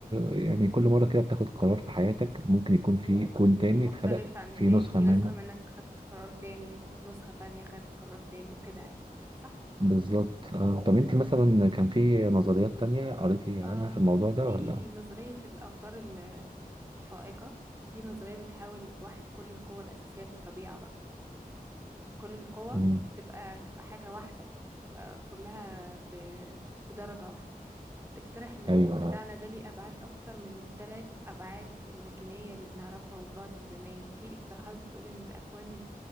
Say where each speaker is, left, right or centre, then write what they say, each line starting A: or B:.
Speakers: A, on the right; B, on the right.
A: يعني كل مرة كده بتاخد قرار في حياتك ممكن يكون في كون تاني
B: مختلفة
A: اتخلق
B: عن
A: في
B: التاني
A: نسخة
B: في
A: منها
B: نسخة منك خدت قرار تاني ونسخة تانية خدت قرار تاني وكده يعني صح
A: بالظبط آه. طب أنت
B: امم
A: مثلا كان في نظريات تانية قريتي
B: آه
A: عنها في الموضوع
B: في
A: ده ولا؟
B: نظرية الأوتار ال- الفائقة دي نظرية بتحاول توحد كل القوى الأساسية في الطبيعة بقى يعني كل القوى
A: مم.
B: تبقى تبقى حاجة واحدة تبقى كلها ب... بدرجة واحدة تقترح إن الكون
A: أيوه
B: بتاعنا ده ليه أبعاد أكتر من التلات أبعاد المكانية اللي بنعرفها والبعد الزماني في اقتراحات بتقول إن الأكوان